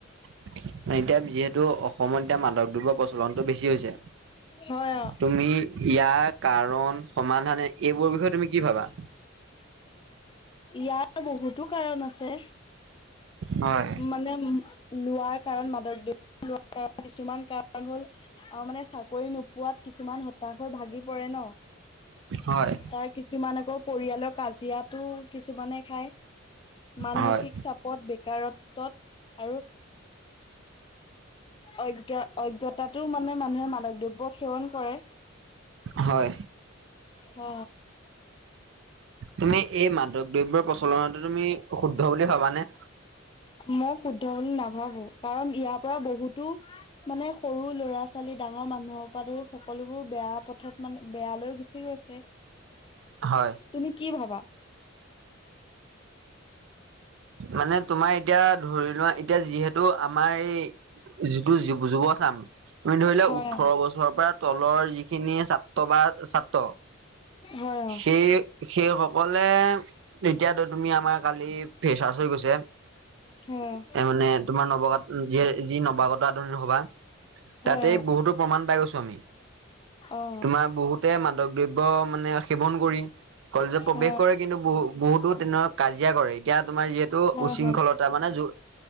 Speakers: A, on the right; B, on the left.
A: <unintelligible> টো অসমত এতিয়া মাদক দ্ৰব্যৰ প্ৰচলনটো বেছি হৈছে।
B: হয় অ
A: তুমি ইয়াক কাৰণ সমাধানে এইবোৰৰ বিষয়ে তুমি কি ভাবা?
B: ইয়াৰ বহুতো কাৰণ আছে।
A: হয়।
B: এনে লোৱাৰ কাৰণ মাদক লোৱাৰ কাৰণ কিছুমান কাৰণ হ'ল আৰু মানে চাকৰি নোপোৱাত কিছুমান হতাশ হৈ ভাগি পৰে ন,
A: হয়,
B: তাৰ কিছুমান আকৌ পৰিয়ালৰ কাজিয়াটো কিছুমানে খায়। মানসিক
A: হয়।
B: চাপ পদ বেকাৰত্বত আৰু অজ্ঞতাটো মানে মানুহে মাদক দ্ৰব্য সেৱন কৰে।
A: হয়।
B: অ।
A: তুমি এই মাদৱ দ্ৰব্যৰ প্ৰচলনতটো তুমি অশুদ্ধ বুলি ভাবানে?
B: মই শুদ্ধ বুলি নাভাবো কাৰণ ইয়াৰ পৰা বহুতো মানে সৰু ল'ৰা ল'ৰা-ছোৱালী ডাঙৰ মানুহৰ পৰা ধৰা সকলোবোৰ বেয়া পথত মানে বেয়ালৈ গুচি গৈছে।
A: হয়।
B: তুমি কি ভাবা?
A: মানে তোমাৰ এতিয়া ধৰি লোৱা এতিয়া যিহেতু আমাৰ এই যিটো যু-যুৱ-যুৱচাম তুমি ধৰিলোৱা
B: হয়
A: ওঠৰ
B: অ,
A: বছৰৰ পৰা তলৰ যিখিনি ছাত্ৰ বা ছাত্ৰ
B: হয় অ।
A: সেই সেই সকলে এতিয়া ধৰি তুমি আমাৰ কালি ফেচাছ হৈ গৈছে এ
B: হয় অ।
A: মানে তোমাৰ নৱাগত য যি নৱাগত আধুনিক সভা
B: হয়
A: তাতে বহুতো প্ৰাণ পাই গৈছো আমি।
B: অ, অ।
A: তোমাৰ বহুতে মাদক মানে সেৱন কৰি
B: অ',
A: কলেজত প্ৰৱেশ কৰে কিন্তু বু বহু দূৰ কাজিয়া কৰে, এতিয়া তোমাৰ যিহেতু
B: হয়
A: উশৃংখলতা
B: হয়
A: মানে